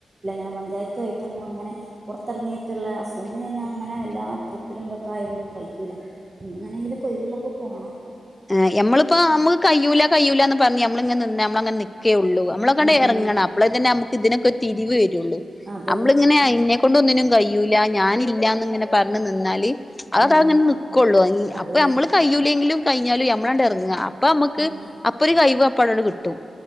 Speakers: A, on the right; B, on the left.
A: നെ പഞ്ചായത്തു ആയിട്ടൊന്നുപുറത്തിറങ്ങിയിട്ടുള്ള ഹസ്ബൻഡങ്ങനെ അങ്ങനെ എല്ലാ ട്രിപ്പിലും ഇതൊക്കെ ആയുകൊണ്ട് തഴിക്കൂില്ല ഇനിങ്ങനെയെങ്കില കൊയ്വള്ളപ്പോൊ പോകണം
B: ആ നമ്മളിപ്പോ നമ്മുക്ക് കയ്യൂല ക്യൂല എന്ന് പറഞ്ഞ് നമ്മളിങ്ങെ നി നമ്മള അങ്ങനെ നിിക്കേയുള്ളൂ നമ്മളൊക്കെണ്ട്
A: ഉം
B: ഇറങ്ങണം
A: ഉം
B: അപ്പോളഴെ തന്നെ നമുക്ക് ഇതിനൊക്കെ തിരിവ വരുള്ളൂ
A: അതന്നെ
B: നമ്മളിങ്ങനെ കൊണ്ടൊന്നിനും കഴിയൂല്ല ഞാന ഇില്ലാന്ന്ിങ്ങനെ പറഞ്ഞ് നിന്നാല് അത അത
A: ഉം
B: അങ്ങനെ നക്കുള്ളൂ
A: അതെ
B: അപ്പൊ നമ്മള് കഴയിൂലെങ്കിലും. കഴിഞ്ഞാലും മ്മളാഅട് ഇറങ്ങ അപ്പൊ നമ്മുക്ക്
A: ഉം
B: അപ്പ ഒരു കഴിവ് അപ്പാടുകൾ കിട്ടും.